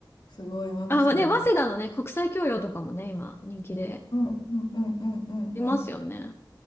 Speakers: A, on the left; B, on the left.
A: すごい、眞子さまも。
B: あ、まあね、早稲田のね、国際教養とかもね、今人気で
A: うんうんうんうんうんうん。
B: いますよね。